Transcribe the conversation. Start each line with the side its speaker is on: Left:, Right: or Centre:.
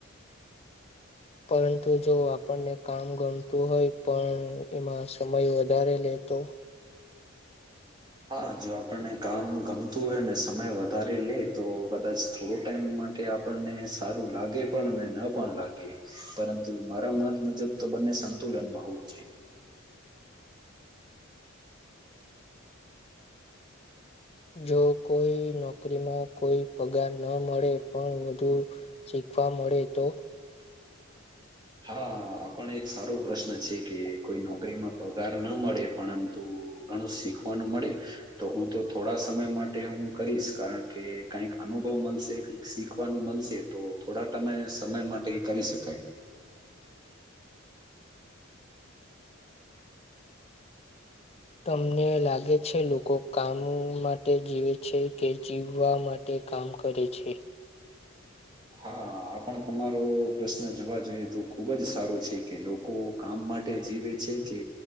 Left: પરંતુ જો આપણને કામ ગમતું હોય પણ એમાં સમય વધારે લે તો?
Right: હા જો આપણને કામ ગમતું હોય ને સમય વધારે લે, તો કદાચ થોડો ટાઈમ માટે આપને સારું લાગે પણ અને પણ લાગે, પરંતુ મારા મત મુજબ તો બ ન્ને સંતુલનમાં હોવું જોઈએ.
Left: જો કોઈ નોકરીમાં કોઈ પગાર ન મળે પણ વધુ ચી ખવા મળે તો?
Right: હા આપણ એક સારો પ્રશ્ન છે કે કોઈ નોકરીમાં પગાર ન મળે, પરંતુ ઘણું શીખવાનું મળે, તો હું તો થોડા સમય માટે હું કરીશ. કારણ કે કઈક અનુભવ મલશે, કઈક શીખવાનો મલશે તો થોડાક તમે સમય માટે એ કરી શકાય.
Left: તમને લાગે છે લોકો કામ માટે જીવે છે કે જીવવા માટે કામ કરે છે?
Right: હા આ પણ તમારો પ્રશ્ન જોવા જોઈએ તો ખુબ જ સારો છે કે લોકો કામ માટે જીવે છે કે